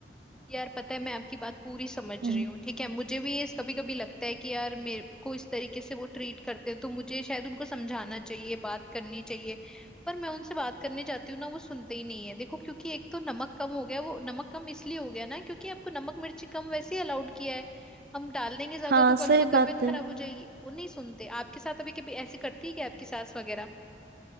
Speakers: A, in the centre; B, on the right (about 55°).
A: यार पता है मैं आपकी बात पूरी समझ
B: हम्म
A: रही हूँ ठीक है मुझे भी ये कभी कभी लगता है कि यार मेरे को इस तरीके से वो ट्रीट करते हैं तो मुझे शायद उनको समझाना चाहिए बात करनी चाहिए पर मैं उनसे बात करने जाती हूँ ना वो सुनते ही नहीं है देखो क्योंकि एक तो नमक कम हो गया वो नमक कम इसलिए हो गया ना क्योंकि आपको नमक मिर्ची कम वैसे ही अलाउड किया है हम डाल देंगे ज्यादा
B: हाँ
A: तो कल
B: सही
A: को
B: बात
A: तबीयत
B: है
A: खराब हो जाएगी वो नहीं सुनते आपके साथ अभी कभी ऐसी करती है क्या आपकी सास वगैरह